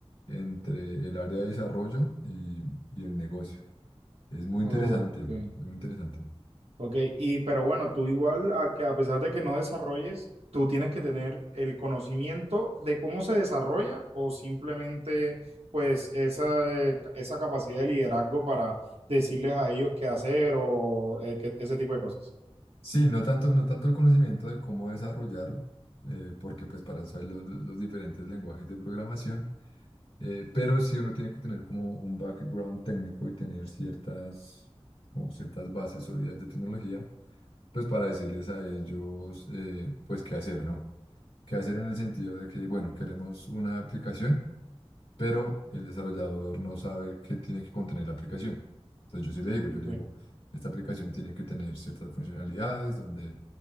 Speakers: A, on the left; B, on the right.
A: entre el área de desarrollo y y el negocio. Es muy
B: Ok.
A: interesante, es muy interesante.
B: Ok, y pero bueno, tú igual, a, que a pesar de que no desarrolles, tú tienes que tener el conocimiento de cómo se desarrolla o simplemente pues esa, eh, esa capacidad de liderazgo para decirles a ellos qué hacer o eh, que- ese tipo de cosas.
A: Sí, no tanto, no tanto el conocimiento de cómo desarrollar, eh, porque pues para eso hay los, los diferentes lenguajes de programación, eh, pero sí uno tiene que tener como un background técnico y tener ciertas, como ciertas bases sólidas de tecnología, pues para decirles a ellos, eh, pues qué hacer, ¿no? Qué hacer en el sentido de que, bueno, queremos una aplicación. pero el desarrollador no sabe qué tiene que contener la aplicación. Entonces yo sí le digo, yo
B: Ok.
A: le digo, esta aplicación tiene que tener ciertas funcionalidades donde